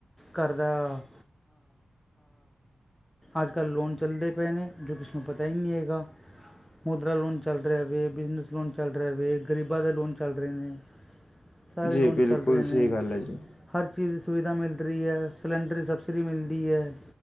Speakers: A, in the centre; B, on the left.
A: ਘਰ ਦਾ ਅੱਜ ਕੱਲ੍ਹ ਲੋਨ ਚੱਲਦੇ ਪਏ ਨੇ ਜੋ ਕਿਸ ਨੂੰ ਪਤਾ ਹੀ ਨਹੀਂ ਹੈਗਾ ਮੁਦਰਾ ਲੋਨ ਚੱਲ ਰਿਹਾ ਵਵੇ ਬਿਜ਼ਨਸ ਲੋਨ ਚੱਲ ਰਿਹਾ ਵਵੇ ਗਰੀਬਾਂ ਦੇ ਲੋਨ ਚੱਲ ਰਹੇ ਨੇ ਸਾਰੇ
B: ਜੀ
A: ਲੋਨ
B: ਬਿਲਕੁਲ
A: ਚੱਲ ਰਹੇ ਨੇ
B: ਸਹੀ ਗੱਲ ਹੈ ਜੀ
A: ਹਰ ਚੀਜ਼ ਦੀ ਸੁਵਿਧਾ ਮਿਲ ਰਹੀ ਹੈ ਸਿਲੰਡਰ ਸਬਸਿਡੀ ਮਿਲਦੀ ਹੈ